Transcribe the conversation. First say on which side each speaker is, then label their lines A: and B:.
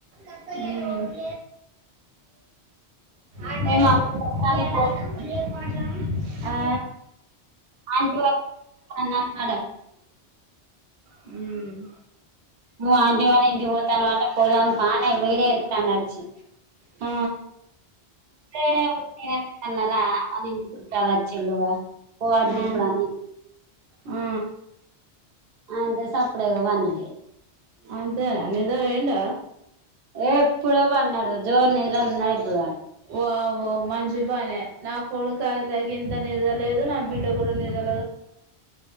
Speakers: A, on the right; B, on the right.
A: అమ్ అంట
B: మేము అల్లం పోతాంది
A: ఏళ
B: పో
A: లేక ఆ
B: ఆంటి న
A: ఉమ్
B: మో ఆంటి వాళ్ళు ఇంటికి పోతాను అటు పోదాం ప నేను విడియో ఇస్తాండు వచ్చి
A: ఆ
B: అే న ఎ అన్నారా అని చుట్టారా చెల్లువ పోవద్ది
A: ఆ
B: ఇప్పుడు అని
A: ఆ
B: అంటే సప్పుడేగా పన్నది
A: అదే న నిజావేందో
B: ఏ ఎప్పుడో బన్నాడు జోరు నిద్ర అన్నాడు ఇప్పుడు
A: ఓవో మంచి పనే నా కోడుకాయ త ఇంత నిదలేదు నా బిడ్డ కూడా నిద్ర